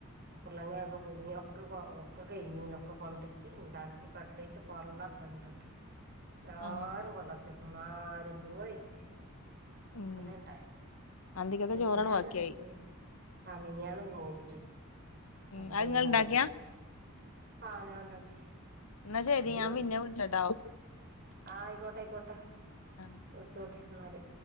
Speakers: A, on the right (about 45°); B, on the left (about 85°).
A: ഉർളങ്ങെങ്ങൊക്കെ പൂയ്ങ്ങി ഒക്കെ ഒക്കെ കയിഞ്ഞീനി ഒക്കെ കൊണ്ടെര്ച്ച് ണ്ടാക്കി കട്ലറ്റ് പള്ളർച് ണ്ടാക്കി എല്ലാരും
B: ആഹ്
A: പള്ളർച്ച്ന്ന് പിന്നാരും ചോറെയ്ച്ചീല
B: ഉം
A: അതെണ്ടായി
B: അന്തിക്കത്തെ
A: മിനിയാന്നെന്തേനി
B: ചോറാണ് ബാക്കിയായി
A: അ മിനിയാന്ന് ബ്രോസ്റ്റും
B: ഉം
A: അപ്പൊ
B: അത്
A: ചോറുമ്പാക്കി
B: ഇങ്ങള് ഇണ്ടാക്കിയാ
A: ആഹ ഞാൻണ്ടാക്കി.
B: എന്നാ ശരി
A: ഇഞ്ഞി
B: ഞാൻ പിന്നെ വിളിച്ചട്ടോ
A: ആ ആയിക്കോട്ടെ ആയിക്കോട്ടെ
B: ആ
A: വിൾച്ചോണ്ടി ന്നാല്